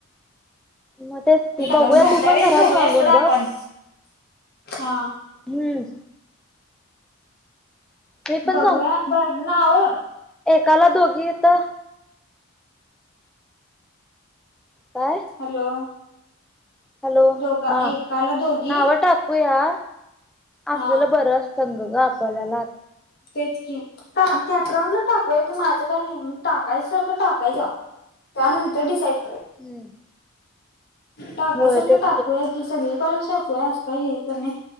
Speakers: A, in the centre; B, on the left.
A: मग तेच की बघूया
B: भरता
A: तू पण
B: वेळेस
A: घरात
B: भरूया
A: सांगून
B: सोड आपण
A: बघ.
B: हा
A: हम् मी पण
B: बघूया बर नाव
A: काल दोघी तर काय
B: हॅलो
A: हॅलो
B: दोघा
A: हा
B: एकाला दोघी
A: नावं टाकूया असलेला
B: हा
A: बर असतं ग आपल्यालात
B: तेच की, कॅप राऊंडला टाकूया की माझं काय नहीे, टाकायचसारखं टाकायच. कानून ते डिसाईड कर.
A: हम्म
B: टाकासारखं
A: होय तेच
B: टाकूया की, सगळी कॉलेज टाकू या. असं काही हे तर नाही